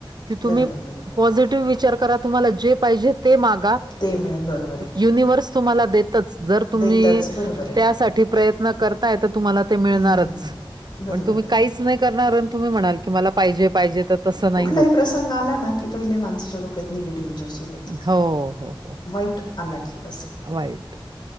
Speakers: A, on the right (about 50°); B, on the left (about 60°).
A: की तुम्ही
B: बरोबर बरोबर
A: पॉझिटिव्ह विचार करा तुम्हाला जे पाहिजे ते मागा.
B: ते मिळेल बरोबर आहे
A: युनिव्हर्स तुम्हाला देतच. जर तुम्ही
B: देतच बरोबर आहे
A: त्यासाठी प्रयत्न करताय तर तुम्हाला ते मिळणारच.
B: हम्म, हम्म, हम्म. बरोबर
A: पण तुम्ही
B: आहे
A: काहीच नाही करणार अन् तुम्ही म्हणाल की मला पाहिजे पाहिजे तर तसं
B: कुठलाही
A: नाही होत.
B: प्रसंग आला ना की पहिले माणसाच्या डोक्यात निगेटिव्ह विचार सुरू होतात.
A: हो, हो, हो.
B: वाईट आला की असं.
A: वाईट.